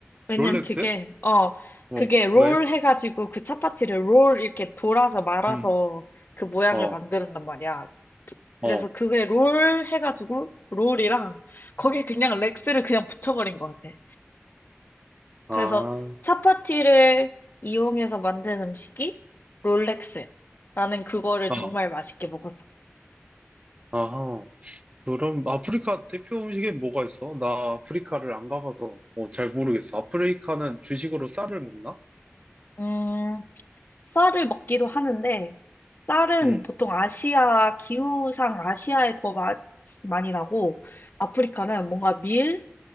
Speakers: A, on the left; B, on the right.
A: 왜냐면
B: 롤렉스?
A: 그게 어
B: 어,
A: 그게 롤
B: 왜?
A: 해가지고 그 차파티를 롤 이렇게 돌아서 말아서
B: 음,
A: 그 모양을
B: 어,
A: 만드는단 말이야. 그래서
B: 어,
A: 그게 롤 해가지고 롤이랑 거기에 그냥 렉스를 그냥 붙여버린 것 같아. 그래서
B: 아,
A: 차파티를 이용해서 만든 음식이 롤렉스야. 나는 그거를
B: 아
A: 정말 맛있게 먹었었어.
B: 아하. 그럼 아프리카 대표 음식에 뭐가 있어? 나 아프리카를 안 가봐서 어, 잘 모르겠어. 아프리카는 주식으로 쌀을 먹나?
A: 음. 쌀을 먹기도 하는데, 쌀은
B: 응
A: 보통 아시아, 기후상 아시아에 더 마- 많이 나고, 아프리카는 뭔가 밀,